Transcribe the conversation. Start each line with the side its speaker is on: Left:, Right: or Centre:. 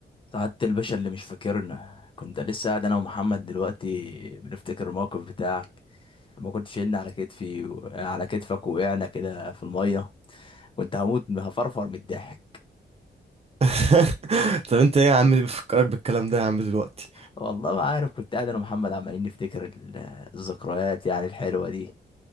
Left: سعادة الباشا اللي مش فاكرنا كنت لسه قاعد انا ومحمد دلوقتي بنفتكر الموقف بتاعك لما كنت شايلني على كتفي و... على كتفك وقعنا كده في المية كنت هموت من- هفرفر من الضحك
Right: <laughs> طب انت ايه يا عم اللي بيفكرك بالكلام ده يا عم دلوقتي
Left: والله ما عارف كنت قاعد انا ومحمد عمالين نفتكر ال- الذكريات يعني الحلوة دي